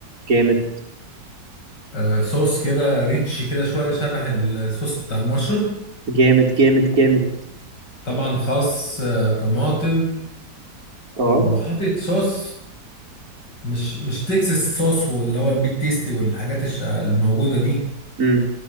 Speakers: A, on the right (about 55°); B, on the left (about 80°).
A: جامد
B: آه صوص كده ريتش كده شويه شبه الصوص بتاع المشروم
A: جامد جامد جامد
B: طبعا خس آه طماطم
A: اه
B: وحاطط صوص مش مش تكساس صوص واللي هو البيك تيستي والحاجات الش- الموجوده دي
A: امم